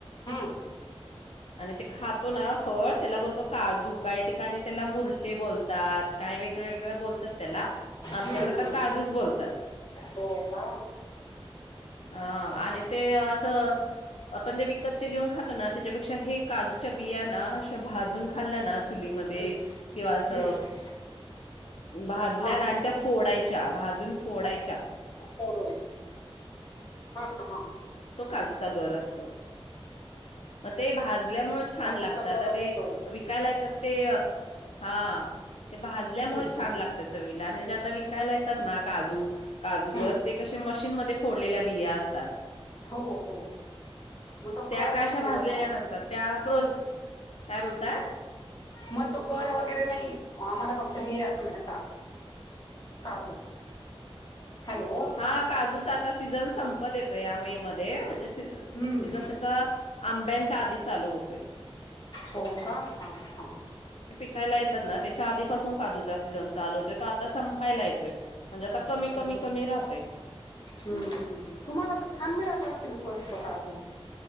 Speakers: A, on the left (about 40°); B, on the left (about 80°).
A: हम्म
B: आणि ते खातो ना फळ त्याला बोलतो काजू, काही ठिकाणी त्याला मुर्टे बोलतात, काही वेगळ वेगळ बोलतात त्याला आमच्याकड
A: हम्म हम्म
B: तर काजूच बोलतात,
A: हो का
B: हा
A: अच्छा अच्छा
B: आणि ते अस त आपण ते विकतचे घेऊन खातो ना, त्याच्यापेक्षा हे काजूच्या बिया ना, अशा भाजून खाल्ल्या ना चुलीमध्ये
A: हम्म
B: किंवा अस
A: हम्म
B: भाजल्या
A: हा
B: ना अन त्या फोडाय च्या भाजून फोडायच्या.
A: फोडून. हा. हा.
B: काजु चा गर असतो. म ते भाज ल्यामुळे छान
A: काजूचा
B: लागतात
A: गर
B: आ
A: असतो.
B: ते विकायला येतात. ते, हा. ते भाजल्यामुळे
A: हम्म
B: छान लागता. चवीत नाने जे आता विकायला येतात ना. काजू, काजूगर
A: हम्म
B: ते कसे मशीन मध्ये फोडलेल्या बिया असतात.
A: हो हो मग तो
B: त्या
A: गर
B: का
A: नाही
B: अशा
A: मिळत
B: भाजलेल्या
A: हा.
B: नसतात. त्या प्रोज काय बोलताय?
A: मग तो गर वगैरे नाही आम्हाला फक्त बियाच मिळता. काजू हॅलो
B: हा काजूचा आता सीझन संपत येतो या मे म ते म्हणजे ते
A: हम्म
B: सिजन त्याचा आंब्यान आधी चालू होतोय.
A: हो का? हा. हा.
B: कायला येतात ना त्याच्या आधीपासून काजूचा सीझन चालू होतोयो. आता संपायला येतोय. म्हणजे आता
A: अच्छा
B: कमी कमी
A: अच्छा
B: कमी राह
A: हम्म. हम्. तुम्हाला तर छान मिळत असेल. मस्त काजू